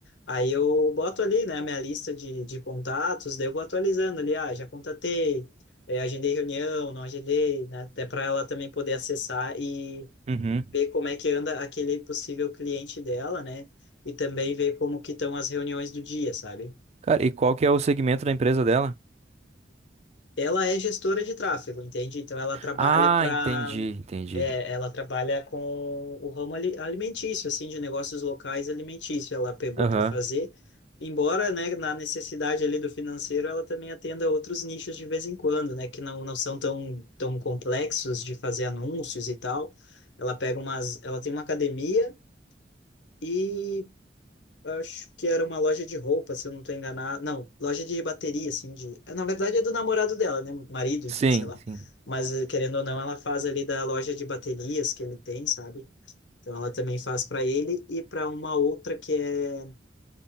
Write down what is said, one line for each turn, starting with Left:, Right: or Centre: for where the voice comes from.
Left: Aí eu boto ali, né, minha lista de, de contatos, daí eu vou atualizando ali, ah, já contatei, eh, agendei reunião, não agendei, né, até para ela também poder acessar e
Right: Uhum.
Left: ver como é que anda aquele possível cliente dela, né, e também ver como que estão as reuniões do dia, sabe?
Right: Cara, e qual que é o segmento da empresa dela?
Left: Ela é gestora de tráfego, entende? Então ela trabalha
Right: Ah,
Left: para
Right: entendi, entendi.
Left: é, ela trabalha com o ramo ali- alimentício, assim, de negócios locais alimentícios. Ela pegou
Right: Aham.
Left: para fazer, embora, né, na necessidade ali do financeiro, ela também atenda outros nichos de vez em quando, né, que não, não são tão, tão complexos de fazer anúncios e tal. Ela pega umas, ela tem uma academia e acho que era uma loja de roupa, se eu não tô enganado. Não, loja de bateria, assim, de... Na verdade é do namorado dela, né? Marido,
Right: Sim,
Left: enfim, sei lá.
Right: sim.
Left: Mas, eh, querendo ou não, ela faz ali da loja de baterias que ele tem, sabe? Então ela também faz para ele e para uma outra que é,